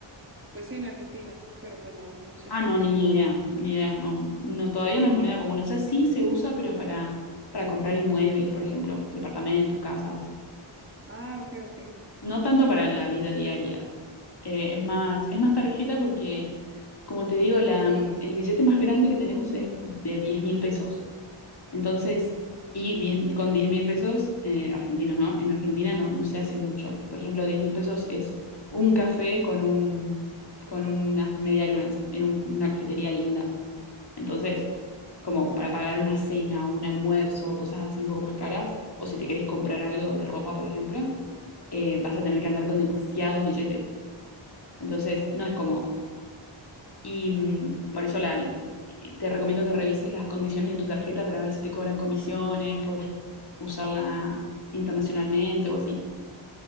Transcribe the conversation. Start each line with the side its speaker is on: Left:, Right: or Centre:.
Right: Pues sí, en Argentina, pero pues no, no sé
Left: Ah,
Right: por
Left: no,
Right: qué.
Left: ni idea, ni idea, no, no, todavía no es moneda común. O sea, sí se usa, pero para, para comprar inmuebles, por ejemplo, departamentos, casas.
Right: Ah, ok, ok.
Left: No tanto para la vida diaria. Eh, es más, es más tarjeta porque, como te digo, la, mm, el billete más grande que tenemos es de diez mil pesos. Entonces, y 10 con diez mil pesos, eh, argentinos, ¿no? En Argentina no, no se hace mucho. Por ejemplo, diez mil pesos es un café con un, con unas medialunas en un- una cafetería linda. Entonces, como para pagar una cena o un almuerzo, cosas así un poco más caras, o si te querés comprar algo de ropa, por ejemplo, eh, vas a tener que andar con demasiados billetes. Entonces, no es cómodo. Y mm, por eso la, te recomiendo que revises las condiciones de tu tarjeta para ver si te cobran comisiones por usarla internacionalmente o así.